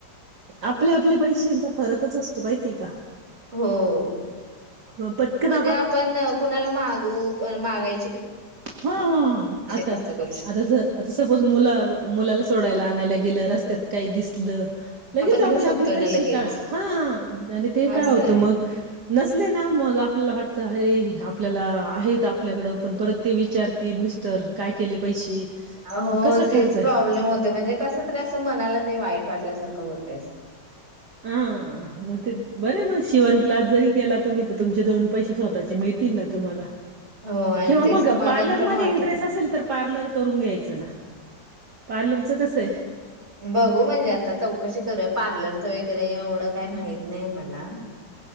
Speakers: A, on the right; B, on the right.
A: आपल्या आपल्या पैशांचा फरकच असतो माहितीये का?
B: हो,
A: अ, पटकन
B: म्हणजे आपण कुणाला मागू मागाय
A: ह आता
B: खर्च करू शकतोय
A: आता आता सपोज मुला-मुलाला सोडायला आणायला गेलं रस्त त्यात काही दिसलं. लगेच
B: घेऊ
A: आपण
B: शकतोय
A: आपले
B: ना
A: पैसे
B: लगेच
A: का हा आणि ते काय
B: असं
A: होतं
B: आहे
A: मग नसले ना मग आ आपल्याला वाटत अरे आपल्याला आहेत आपल्याकडं. पण परत ते विचारतील मिस्टर. काय केले पैसे?
B: अहो
A: मग कसा
B: तेच
A: खर्च आहे?
B: प्रॉब्लेम होतोय म्हणजे कस तरी अस मनाला ते वाईट वाटल्यासारखं होत ते असं
A: हा मग ते बरे मग शिवन क्लास जरी केला तुम्ही तर तुमचे दोन पैसे स्वतःचे मिळतील ना तुम्हाला
B: हो आणि
A: किंवा
B: ते
A: मग
B: समाधान
A: पार्लरमध्ये
B: पण वाटेल
A: इंटरेस असेल तर पार्लर करून घ्यायचं ना पार्लरचं कसं आहे.
B: बघू म्हणजे आता चौकशी करूय पार्लरचं वगैरे एवढं काही माहत नाही मला